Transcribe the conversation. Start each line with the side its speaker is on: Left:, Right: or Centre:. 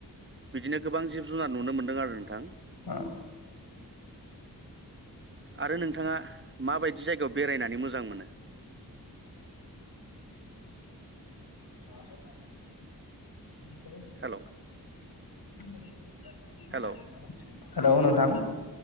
Right: बिदिनो गोबां जिब जुनार नुनो मोनदों आरो नोंथां
Left: ओ
Right: आरो नोंथाङा माबायदि जायगायाव बेरायनानै मोज मोजां मोनो।
Left: <unintelligible> <unintelligible>
Right: हेलौ हेलौ
Left: हेलौ नोंथां